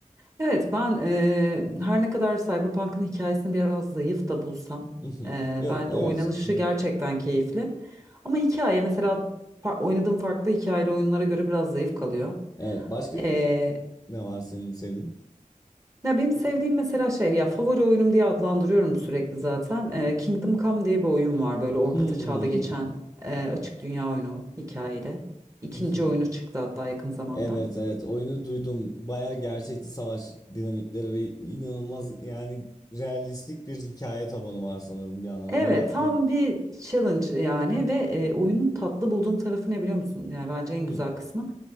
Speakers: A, on the right; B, on the left.
A: Evet ben eee, her ne kadar Cyberpunk'ın hikayesini biraz zayıf da bulsam
B: <laughs>
A: eee
B: Yok
A: bence
B: evet.
A: oynanışı
B: <laughs>
A: gerçekten keyifli. Ama hikaye mesela fa- oynadığım farklı hikayeli oyunlara göre biraz zayıf kalıyor.
B: Evet başka
A: Eee,
B: e, e, ne var senin sevdiğin?
A: ya benim sevdiğim mesela şey ya favori oyunum diye adlandırıyorum sürekli zaten. Eee, Kingdom Come diye bir oyun var böyle orta
B: Hmm.
A: çağda geçen eee, açık dünya oyunu hikayeli. İkinci
B: <laughs>
A: oyunu çıktı hatta yakın zamanda.
B: Evet evet oyunu duydum. Bayağı gerçekçi savaş dinamikleri ve inanılmaz yani realistik bir hikaye tabanı var sanırım bir yandan
A: Evet
B: rol yapma.
A: tam bir challenge yani ve e, oyunun tatlı bulduğum tarafı ne biliyor musun? Yani bence en
B: Hmm,
A: güzel kısmı.